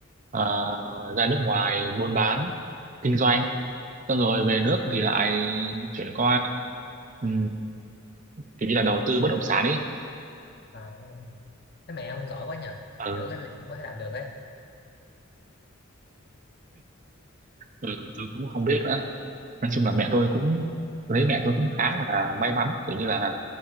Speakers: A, on the right (about 35°); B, on the left (about 50°).
A: ờ, ra nước ngoài buôn bán kinh doanh xong rồi về nước thì lại chuyển qua um, kiểu như là đầu tư bất động sản ấy
B: à, thế mẹ ông giỏi quá nhờ
A: ừ,
B: kiểu cái gì cũng có thể làm được ấy
A: ừ, tôi cũng không biết nữa nói chung là mẹ tôi cũng lấy mẹ tôi cũng khá là may mắn kiểu như là